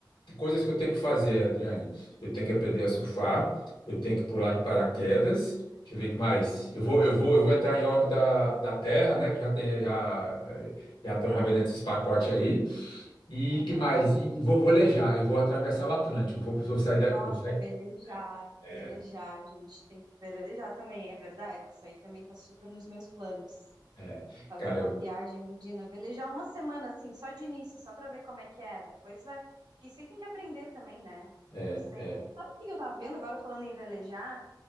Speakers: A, on the left; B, on the right.
A: Que coisas que eu tenho que fazer, Adriane? Eu tenho que aprender a surfar, eu tenho que pular de paraquedas. Deixa eu ver o que mais.
B: Hum,
A: Eu vou, eu vou, eu vou entrar em órbita da Terra, né? Que já tem, já, já estão já vendendo esses pacotes aí. E
B: Aham.
A: que mais? E vou velejar, eu vou atravessar o Atlântico. Vou, vou sair da,
B: Nossa,
A: eu vou sair.
B: velejar,
A: É,
B: velejar, a gente, tem que velejar também, é verdade? Isso aí também tá super nos meus planos.
A: é,
B: Fazer
A: cara,
B: uma
A: eu-
B: viagem, imagina, velejar uma semana assim, só de início, só pra ver como é que é. Depois vai. Porque isso aí tem que aprender também, né?
A: é,
B: Sei.
A: é.
B: Sabe o que eu tava vendo agora falando em velejar?